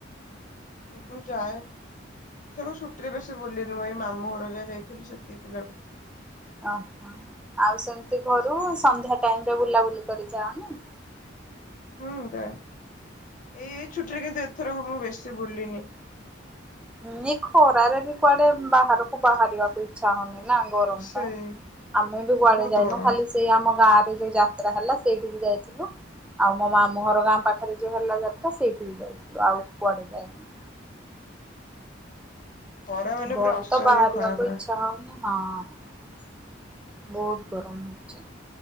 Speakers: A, on the left (about 40°); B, in the centre.
A: ମୁଁଁ ଯାଏ ଏଥର ଛୁଟିରେ ବେଇ ବୁଲିନି ମ ଏଇ ମାମୁଁ ଘର ଯା ଯାଇଥିଲି ସେତିକି ବୁଲା ବୁଲି
B: ଓହୋ ଆଉ ସେମିତି ଘରୁ ସନ୍ଧ୍ୟା ଟାଇମରେ ବୁଲାବୁଲି କରି ଯାଅନି
A: ହୁଁ ଯାଏ ଏଇ ଛୁଟି ରେ କିନ୍ତୁ ଏଥରକ ମୁଁ ବେଶି ବେଶି ବୁଲିନି।
B: ଏଇ ଖରାରେ ବି କୁଆଡେ ବାହାରକୁ ବାହାରିବାକୁ ଇଚ୍ଛା ହଉନି। ନା ଗରମ
A: ସେଇ
B: ପାଇଁ ଆମେ ବି କୁଆଡେ
A: ବହୁତ
B: ଯାଇନୁ
A: ଗରମ।
B: ଖାଲି ସେଇ ଆମ ଗାଁ ଯୋଉ ଯାତ୍ରା ହେଲା ସେଇଠିକି ଯାଇଥିଲୁ ଆଉ ମୋ ମାମୁହର ଗାଁ ପାଖରେ ଯୋଉ ହେଲା ଯାତ୍ରା ସେଇଠିକି ଯାଇଥିଲୁ ଆଉ କୁଆଡେ ଯାଇନୁ।
A: ଖରା ମାନେ
B: ଘରୁ
A: ପୁରା ଅସହ୍ୟ
B: ତ ବାହାରିବାକୁ
A: ଖରା ପରା।
B: ଇଚ୍ଛା ହଉନି ହଁ। ବହୁତ ଗରମ ହଉଛି